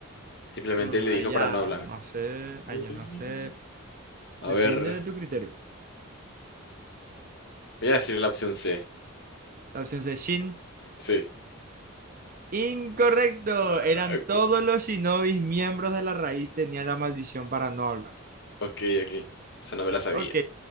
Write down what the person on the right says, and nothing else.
Mm,
ahí
ya
no sé, ahí
ya no sé.
Depende
de tu criterio.
La opción C, Shin.
Incorrecto.
Eran todos
los shinobis miembros de la raíz tenían la maldición para no hablar.
Ok,